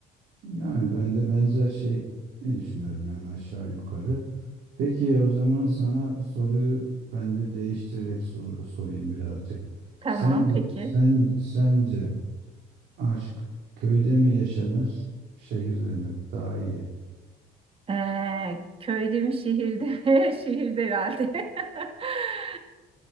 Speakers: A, on the right (about 75°); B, on the right (about 35°).
A: yani ben de benzer şey ne düşünüyorum yani aşağı yukarı. Peki o zaman sana soruyu ben de değiştirerek sor- sorayım birazcık.
B: Tamam,
A: Sence
B: peki.
A: sen sence aşk köyde mi yaşanır, şehirde mi daha iyi?
B: Ee, köyde mi şehirde mi? <laughs> Şehirde herhalde. <laughs>